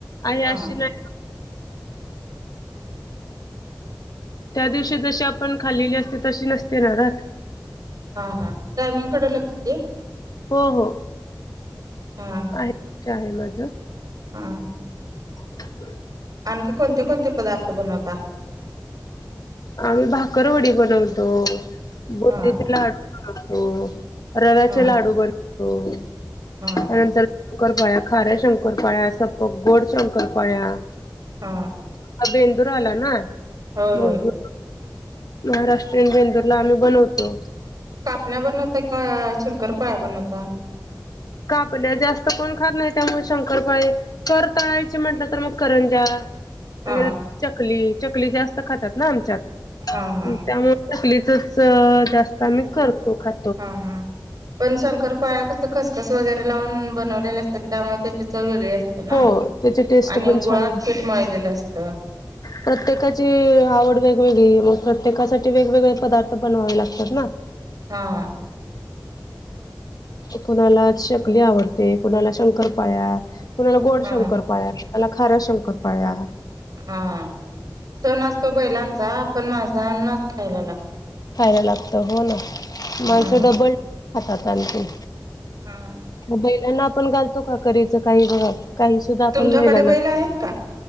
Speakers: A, on the left; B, on the right.
A: आणि
B: हा
A: अशी नाही. त्या दिवशी जशी आपण खालेली असते तशी नसते न राहात?
B: हा, हा टायमिंग कडें लक्ष दे.
A: हो, हो
B: हा
A: आहे, ते आहे माझ.
B: हा
A: ब <unintelligible>
B: आणखी कोणते, कोणते पदार्थ बनवता?
A: आम्ही भाकरवडी बनवतो, बुंदीचे
B: हा
A: लाडू बनवतो, रव्याचे
B: हा
A: लाडू बनवतो
B: हा
A: त्यानंतर शंकर पाळ्या, खार्या शंकर पाळ्या असता बघ गोड शंकर पाळ्या,
B: हां.
A: हा बेंदूर आला ना
B: होय
A: मग
B: होय
A: महाराष्ट्रीयन बेंदूरला आम्ही बनवतो.
B: कापण्या बनवत का शंकर पाळ्या बनवता?
A: कापण्या जास्त कोण खात नाही त्यामुळे शंकरपाळे कर तळायचे म्हंटलं तर मग करंज्या
B: हा
A: वगैरे चकली, चकली जास्त खातात ना आमच्यात
B: हा हा
A: त्यामुळे चकलीचच जास्त आम्ही करतो खाय
B: हा, हा पण शंकर पाळ पाळ्या कस खसखस वगैरे लावून बनवले असतात. त्यामुळे त्याची चव वेगळी असते. ना
A: हो त्याची टेस्ट
B: आणि
A: पण
B: गुळात
A: छान लागते
B: पीठ मळलेलं असतं.
A: प्रत्येकाची आवड वेगवेगळी मग प्रत्येकासाठी वेगवेगळे पदार्थ बनवावे लागतात ना.
B: हा.
A: कुणाला चकली आवडते, कुणाला शंकर पाळ्या, कुणाला गोड
B: हा
A: शंकर, पाळ्या, त्याला खाऱ्या शंकर पाळ्या,
B: हा सण असतो बैलांचा पण माझ मणसानाच खायला लागता.
A: खायला लागतं हो ना
B: हा.
A: माणसं डबल खातात आणखी.
B: हा, अ.
A: मग बैलांना आपण घालतो का करीच काही बघा काही सुद्धा आपण
B: तुमच्याकडे
A: बैलांना
B: बैल आहेत का?